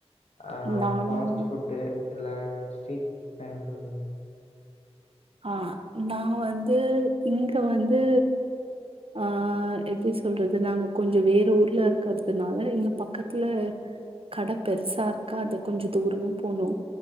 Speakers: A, on the left; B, on the right.
A: அ
B: நானு
A: ஃபாஸ்ட் புட்டு இல்ல ஸ்ட்ரீட் புட்னா என்ன சொல்லுவீங்க
B: ஆஹ் நான் வந்து இங்க வந்து ஆஹ் எப்டி சொல்றது நாங்க கொஞ்சோ வேற ஊர்ல இருக்கிறதுனால இங்க பக்கத்துல கட பெருசா இருக்காது கொஞ்சோ தூரமு போனு